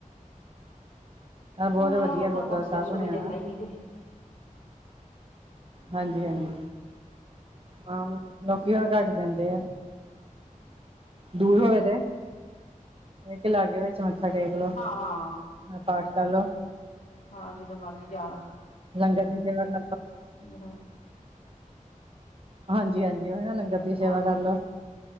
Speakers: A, on the right; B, on the left.
A: ਆ ਬਹੁਤ
B: ਹਾਂ
A: ਵਧੀਆ
B: ਓਦਾਂ
A: ਗੁਰਦੁਆਰਾ
B: ਕੌਣ ਸਪੈਸ਼ਲ
A: ਸਾਹਿਬ ਬਣਿਆ
B: ਕੋਈ ਜਾਂਦਾ
A: ਨਾ
B: ਈ ਨੀ ਤੇ
A: ਹਾਂਜੀ, ਹਾਂਜੀ। ਹਾਂ, ਲੋਕੀ ਹੁਣ ਘੱਟ ਜਾਂਦੇ ਆ। ਦੂਰ ਉਹਵੇ ਤੇ ਇੱਕ ਲਾਗੇ ਵਿੱਚ ਮੱਥਾ ਟੇਕ ਲੋ
B: ਹਾਂ ਹਾਂ
A: ਪਾਠ ਕਰ ਲੋ।
B: ਹਾਂ ਜਦੋਂ ਮਰਜੀ ਜਾ।
A: ਲੰਗਰ ਦੀ ਸੇਵਾ ਕਰਲੋ
B: ਜ
A: ਹਾਂਜੀ, ਹਾਂਜੀ। ਉਹ ਨਾ ਲੰਗਰ ਦੀ ਸੇਵਾ
B: ਹਾਂਜੀ
A: ਕਰਲੋ।